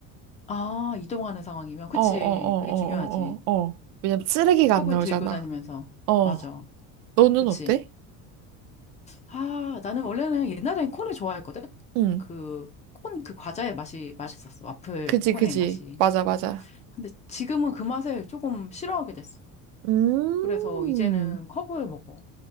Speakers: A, on the left (about 20°); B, on the right (about 70°).
A: 아, 이동하는 상황이면 그치.
B: 어, 어, 어,
A: 그게
B: 어,
A: 중요하지.
B: 어, 어, 어. 왜냐면 쓰레기가
A: 컵을
B: 안 나오잖아.
A: 들고 다니면서
B: 어,
A: 맞아.
B: 너는
A: 그치.
B: 어때?
A: 아, 나는 원래는 옛날엔 콘을 좋아했거든?
B: 응,
A: 그, 콘 그 과자의 맛이 맛있었어. 와플
B: 그지,
A: 콘의
B: 그지.
A: 맛이.
B: 맞아, 맞아.
A: 근데 지금은 그 맛을 조금 싫어하게 됐어.
B: 음.
A: 그래서 이제는 컵을 먹어.